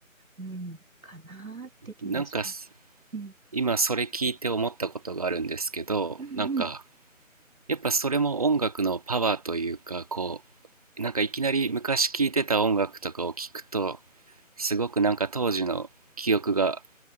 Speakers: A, on the right (about 80°); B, on the right (about 25°).
A: うん、かなーって気がします。
B: ー、なんかす
A: うん、
B: 今それ聞いて思ったことがあるんですけど、
A: うん、
B: なんか
A: うん、
B: やっぱそれも音楽のパワーというか、こう、なんかいきなり昔聴いてた音楽とかを聞くと、すごくなんか当時の記憶が